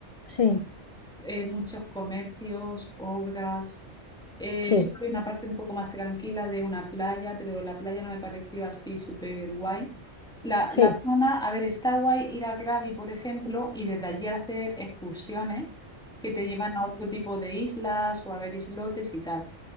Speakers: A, on the left; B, in the centre.
A: Sí,
B: eh, muchos comercios, obras. Eh,
A: sí,
B: solo había una parte un poco más tranquila de una playa, pero la playa no me pareció así súper guay. La,
A: sí.
B: la zona, a ver, está guay ir a Krabi, por ejemplo, y desde allí hacer excursiones que te llevan a otro tipo de islas o a ver islotes y tal